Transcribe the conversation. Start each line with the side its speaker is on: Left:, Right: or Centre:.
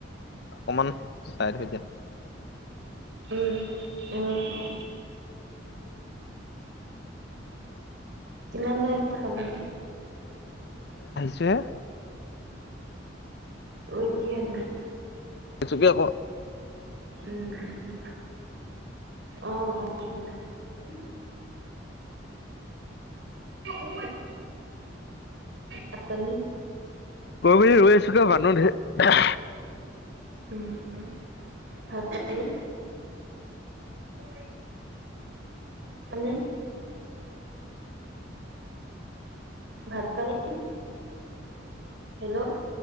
Left: অকমান চাইত হৈ দিয়া
Right: উম উম উম কিমান টাইম পালেহি
Left: যে
Right: অ এতিয়াহে
Left: চুকীয়া ক
Right: উম উম অ অ <inaudible> ল গ <inaudible> <unintelligible> ভাত পানী
Left: কৰবিলে ৰৈ আছো মানুহ ধেৰ
Right: উম উম ভাত আৰু প নাই ভাত পানী হেল্ল'